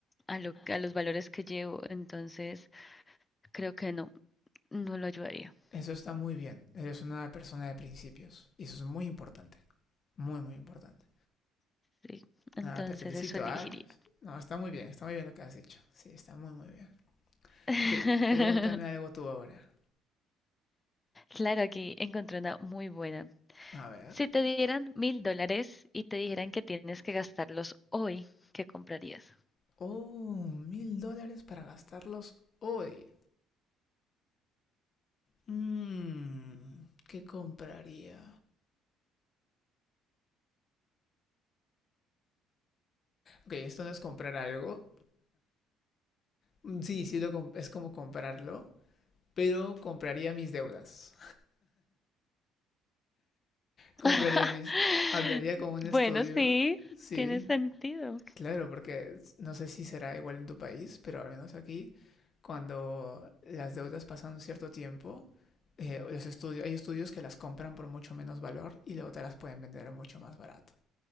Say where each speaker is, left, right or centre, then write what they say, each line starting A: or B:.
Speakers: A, on the left; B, on the left.
A: a lo, a los valores que llevo. Entonces, creo que no, no lo ayudaría.
B: Eso está muy bien. Eres una persona de principios. Y eso es muy importante. Muy, muy importante.
A: Sí, Entonces,
B: Nada, te felicito,
A: eso elegiría.
B: ¿ah? ¿eh? No, está muy bien, está muy bien lo que has dicho. Sí, está muy, muy bien.
A: <laughs>
B: Ok, pregúntame algo tú ahora.
A: Claro, aquí encontré una muy buena.
B: A ver.
A: Si te dieran mil dólares y te dijeran que tienes que gastarlos hoy, ¿qué comprarías?
B: Oh, mil dólares para gastarlos hoy. Mmm, ¿qué compraría? Ok, esto no es comprar algo. Mm, Sí, sí, lo com- es como comprarlo. Pero compraría mis deudas. Compraría
A: <laughs>
B: mis... Hablaría con un estudio.
A: Bueno, sí,
B: Sí,
A: tiene sentido.
B: Claro, porque s- no sé si será igual en tu país, pero al menos aquí, cuando las deudas pasan un cierto tiempo, eh, los estudios, hay estudios que las compran por mucho menos valor y luego te las pueden vender a mucho más barato.